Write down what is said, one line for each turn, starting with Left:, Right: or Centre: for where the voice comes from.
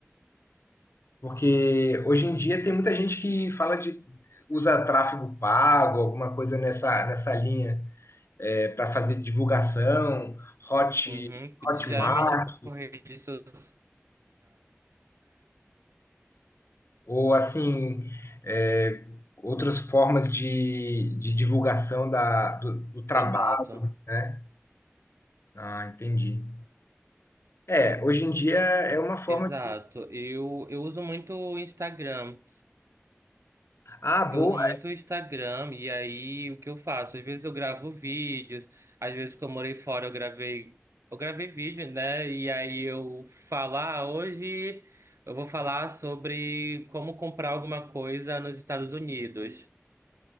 Left: porque hoje em dia tem muita gente que fala de usa tráfego pago, alguma coisa nessa nessa linha, para fazer divulgação, hot
Right: uhum, geralmente
Left: Hotmart,
Right: por redes sociais.
Left: Ou assim, é, outras formas de, de divulgação da, do, do trabalho,
Right: Exato.
Left: né? Ah, entendi. É, hoje em dia é uma forma
Right: Exato.
Left: de.
Right: Eu, eu uso muito o Instagram.
Left: Ah, boa.
Right: Eu uso muito o Instagram e aí o que eu faço? Às vezes eu gravo vídeos, às vezes que eu morei fora eu gravei, eu gravei vídeo, né? E aí eu falar hoje eu vou falar sobre como comprar alguma coisa nos Estados Unidos.